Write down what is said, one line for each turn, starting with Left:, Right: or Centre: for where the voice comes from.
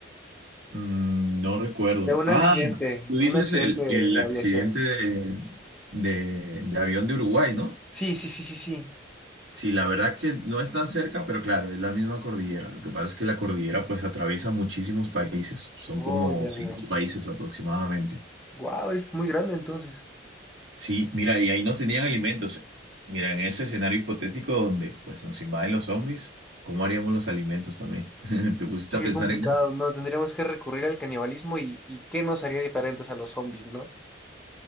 Right: Mm, no recuerdo.
Centre: de un
Right: Ah,
Centre: accidente,
Right: tú dices
Centre: un accidente
Right: el,
Centre: de
Right: el accidente
Centre: aviación.
Right: de, de, de avión de Uruguay, ¿no?
Centre: Sí, sí, sí, sí, sí.
Right: Sí, la verdad que no es tan cerca, pero claro, es la misma cordillera. Lo que pasa es que la cordillera pues atraviesa muchísimos países. Son
Centre: Oh,
Right: como
Centre: ya
Right: cinco
Centre: veo.
Right: países aproximadamente.
Centre: Wow, es muy grande entonces.
Right: Sí, mira, y ahí no tenían alimentos. Mira, en ese escenario hipotético donde pues nos invaden los zombies, ¿cómo haríamos los alimentos también? <laughs> ¿Te pusiste
Centre: Sí,
Right: a
Centre: qué
Right: pensar
Centre: complicado.
Right: en eso?
Centre: No, tendríamos que recurrir al canibalismo y, y qué nos haría diferentes a los zombies, ¿no?